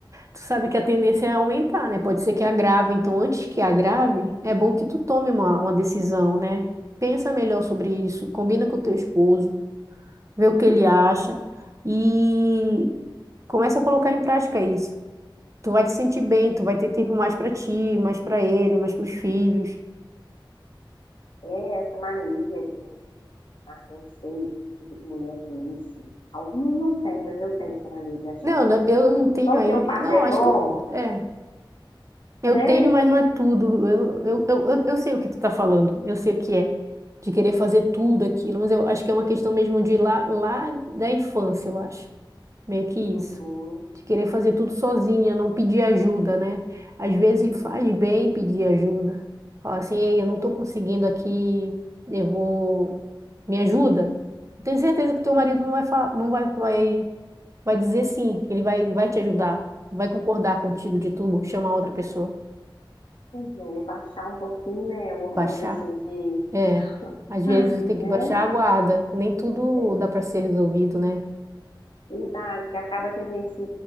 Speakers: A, on the right; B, on the left.
A: tu sabe que a tendência é aumentar, né? Pode ser que agrave, então antes que agrave, é bom que tu tome uma, uma decisão, né? Pensa melhor sobre isso, combina com o teu esposo, vê o que ele acha e começa a colocar em prática isso. Tu vai te sentir bem, tu vai ter tempo mais pra ti, mais pra ele, mais pros filhos.
B: É essa mania de, ah, eu não sei o que que mulher tem isso. Algumas não têm, mas eu tenho essa mania de achar
A: Não,
B: que
A: não, eu não tenho
B: só
A: ainda.
B: o que eu faço
A: Não,
B: é
A: acho
B: bom,
A: que eu. É. Eu
B: né?
A: tenho, mas não é tudo. Eu, eu, eu, eu eu sei o que tu tá falando. Eu sei o que é. De querer fazer tudo aquilo. Mas eu acho que é uma questão mesmo de lá, lá da infância, eu acho. Meio que isso.
B: Uhum,
A: De querer fazer tudo sozinha, não pedir ajuda, né? Às vezes
B: uhum.
A: faz bem pedir ajuda. Fala assim, ei, eu não
B: É,
A: tô conseguindo aqui, eu vou... Me ajuda? Tenho certeza que teu marido não vai, fa- não vai, vai, vai dizer sim, que ele vai, vai te ajudar, vai concordar contigo de tu chamar outra pessoa.
B: pois é, baixar um pouquinho, né, o orgulho,
A: Baixar?
B: assim, de,
A: É.
B: <gasps>
A: Às vezes
B: ah,
A: tem
B: né?
A: que baixar a guarda. Nem tudo
B: É,
A: dá para ser resolvido, né?
B: verdade, que acaba que a gente,